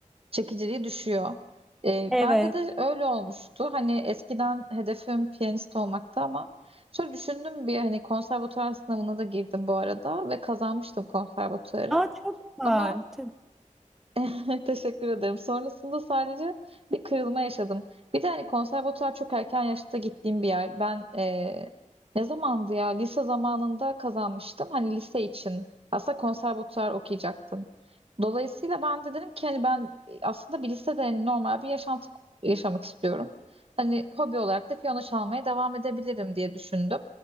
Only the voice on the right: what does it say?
çekiciliği düşüyor. E,
bende de öyle olmuştu. Hani eskiden hedefim piyanist olmaktı ama şöyle düşündüm bir hani konservatuvar sınavına da girdim bu arada ve kazanmıştım konservatuvarı.
Ama
<laughs> Teşekkür ederim. Sonrasında sadece bir kırılma yaşadım. Bir de hani konservatuar çok erken yaşta gittiğim bir yer. Ben eee, ne zamandı ya? Lise zamanında kazanmıştım. Hani lise için. Aslında konservatuar okuyacaktım. Dolayısıyla ben de dedim ki hani ben aslında bir lisede hani normal bir yaşantı yaşamak istiyorum. Hani hobi olarak da piyano çalmaya devam edebilirim diye düşündüm.